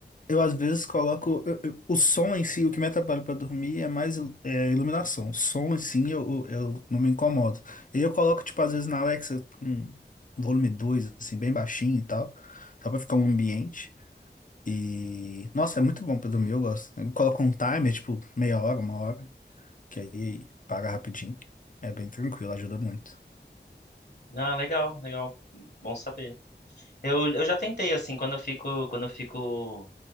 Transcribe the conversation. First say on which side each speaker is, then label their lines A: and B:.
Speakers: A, on the left; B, on the left.
A: Eu às vezes coloco eu- eu- o som em si, o que me atrapalha para dormir é mais é, iluminação. O som em si eu, eu, eu não me incomodo. E eu coloco, tipo, às vezes na Alexa com volume 2 assim, bem baixinho e tal, só pra ficar um ambiente. E nossa, é muito bom pra dormir, eu gosto. Eu coloco um timer, tipo, meia hora, uma hora, que aí paga rapidinho. É bem tranquilo, ajuda muito.
B: Ah, legal, legal. Bom saber. Eu, eu já tentei, assim, quando eu fico, quando eu fico